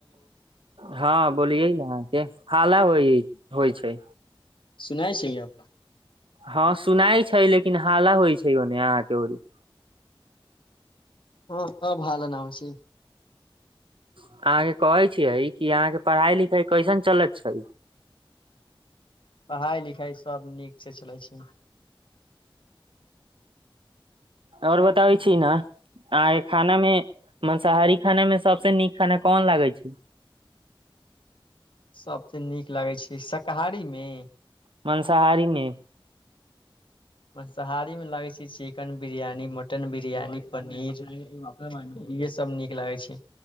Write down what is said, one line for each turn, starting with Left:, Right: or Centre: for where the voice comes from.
Right: हँ बोलिये ने अहाँ के हाला होइ छै
Left: सुनाइ छिये यो
Right: हँ सुनाई छै लेकिन हाला होइ छै ऑने अहाँ के ऑनि
Left: हँ अब हाला न हो छी
Right: अहाँ के कहे छियै कि अहाँ के पढ़ाई लिखाई कैसन चलत छैय
Left: पढ़ाइ लिखाइ सभ नीक से चलै छै
Right: ओर बताबै छी न आहा के खाना में मांसाहारी खाना में सबसे नीक खाना कोन लागे छै
Left: सभसे नीक लगैत छै शकाहारी मे
Right: मंसाहारी मे
Left: मंसाहारी में लागै छै चिकेन बिरियानी मटन बिरियानी पनीर इहे सब नीक लागै छै